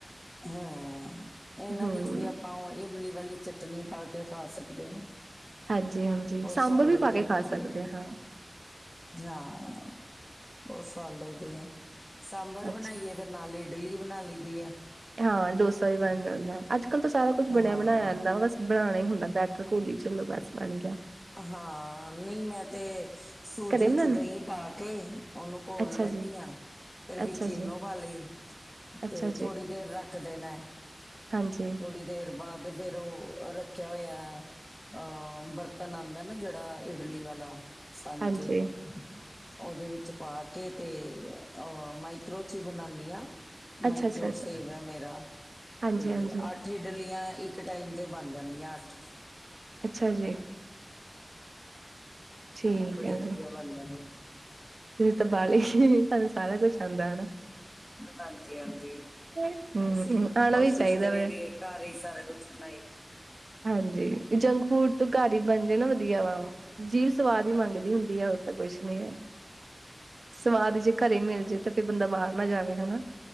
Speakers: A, on the left; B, on the right.
A: ਹਾਂ ਇਹਨਾਂ
B: ਹੂੰ
A: ਵਿੱਚ ਵੀ ਆਪ ਪਾਓ ਇਮਲੀ ਵਾਲੀ ਚਟਨੀ ਪਾ ਕੇ ਖਾ ਸਕਦੇ ਹਾਂ
B: ਹਾਂਜੀ -ਹਾਂਜੀ
A: ਬਹੁਤ
B: ਸਾਂਬਰ
A: ਸਵਾਦ
B: ਵੀ
A: ਲੱਗਦੇ
B: ਪਾ ਕੇ
A: ਆ
B: ਖਾ
A: ਪੁਦੀਨੇ
B: ਸਕਦੇ ਹਾਂ
A: ਹਾਂ ਬਹੁਤ ਸਵਾਦ ਲੱਗਦੇ ਹੈ ਸਾਂਬਰ
B: ਅੱਛਾ
A: ਬਣਾਈਏ ਫੇਰ ਨਾਲ ਇਡਲੀ ਬਣਾ ਲਈ ਦੀ ਹੈ
B: ਹਾਂ ਡੋਸਾ ਵੀ ਬਣ ਜਾਂਦਾ ਅੱਜ ਕੱਲ੍ਹ ਤਾਂ ਸਾਰਾ ਕੁੱਛ
A: ਹਾਂ।
B: ਬਣਿਆ ਬਣਾਇਆ ਜਾਂਦਾ ਵ ਬਸ ਬਣਾਉਣਾ ਹੀ ਹੁੰਦਾ ਬੈਟਰ ਘੋਲੀ ਚਲੋ ਬਸ ਬਣ ਗਿਆ
A: ਹਾਂ ਨਹੀਂ ਮੈਂ ਤੇ ਸੂਜੀ
B: ਘਰੇ ਬਣਾਣਾ
A: ਚ ਦਹੀਂ ਪਾ ਕੇ ਉਹਨੂੰ ਘੋਲ
B: ਅੱਛਾ
A: ਲੈਂਨੀ
B: ਜੀ
A: ਹਾਂ ਫਿਰ ਵੀਚ
B: ਅੱਛਾ
A: ਈਨੋ
B: ਜੀ
A: ਪਾਲੀ
B: ਅੱਛਾ
A: ਤੇ ਥੋੜ੍ਹੀ ਦੇਰ ਰੱਖਦੇਨਾ
B: ਹਾਂਜੀ
A: ਥੋੜੀ ਦੇਰ ਬਾਅਦ ਫੇਰ ਉਹ ਰੱਖਿਆ ਹੋਇਆ ਅਹ ਬਰਤਨ ਆਉਂਦਾ ਨਾ ਜਿਹੜਾ ਜਿਹੜਾ ਇਡਲੀ ਵਾਲਾ ਸਾਂਚੇ
B: ਹਾਂਜੀ-ਹਾਂਜੀ-ਹਾਂਜੀ
A: ਉਹਦੇ ਵਿੱਚ ਚ ਪਾ ਕੇ ਤੇ ਅ ਮਾਈਕਰੋ ਚ ਹੀ ਬਣਾਉਦੀ ਹ
B: ਅੱਛਾ-ਅੱਛਾ
A: ਮਾਈਕਰੋਸੇਵ
B: ਅੱਛਾ
A: ਹੈ ਮੇਰਾ
B: ਹਾਂਜੀ-ਹਾਂਜੀ
A: ਤੇ ਇਹਡਲੀਆਂ ਇੱਕ ਟਾਈਮ ਤੇ ਬਣ ਜਾਂਦੀਆਂ ਅੱਠ
B: ਅੱਛਾ ਜੀ ਠੀਕ
A: ਬੜੀ
B: ਹੈ
A: ਵਧੀਆ
B: ਜੀ
A: ਬਣ ਜਾਂਦੀਆ
B: ਤਾਂ ਬਾਲੇ ਨ ਤੁਹਾਨੂੰ ਸਾਰਾ ਕੁਛ ਆਉਂਦਾ ਹੈ
A: ਹਾਂਜੀ -ਹਾਂਜੀ
B: ਹੂੰ
A: ਅਸੀਂ
B: ਆਣਾ
A: ਕੋਸ਼ਿਸ਼
B: ਵੀ ਚਾਹੀਦਾ
A: ਕਰੀ
B: ਵੈਸੇ
A: ਦੀਏ ਘਰ ਹੀ ਸਾਰਾ ਕੁਛ ਬਣਾਈ
B: ਹਾਂਜੀ ਜੰਕ ਫੂਡ ਤੋਂ ਘਰ ਹੀ ਬਣ ਜੇ ਵਧੀਆ ਵਾ ਜੀਭ ਸਵਾਦ ਹੀ ਮੰਗਦੀ ਹੁੰਦੀ ਹੈ ਹੋਰ ਤਾਂ ਕੁਛ ਨੀ ਹੈ। ਸਵਾਦ ਜੇ ਘਰੇ ਮਿਲ ਜਾਵੇ ਤਾਂ ਫਿਰ ਬੰਦਾ ਬਾਹਰ ਨਾ ਜਾਵੇ ਹਨਾ